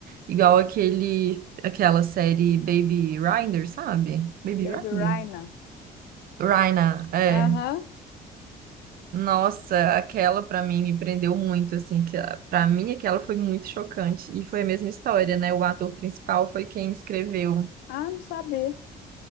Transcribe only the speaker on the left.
Baby
Rhino.
Aham.
Ah, não sabia.